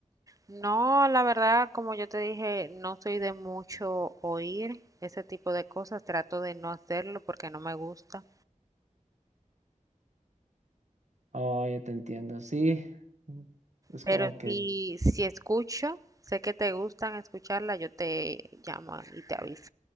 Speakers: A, on the right; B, on the right.
A: No, la verdad, como yo te dije, no soy de mucho oír ese tipo de cosas, trato de no hacerlo porque no me gusta,
B: Oh, ya te entiendo, sí. Es
A: pero
B: como que
A: si, si escucho, sé que te gustan escucharla, yo te llamo y te aviso.